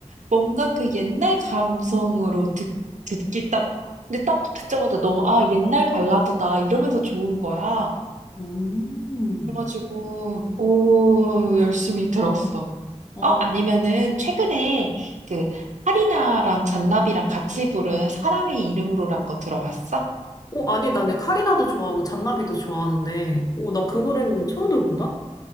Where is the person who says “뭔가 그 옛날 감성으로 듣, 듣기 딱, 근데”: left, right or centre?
Right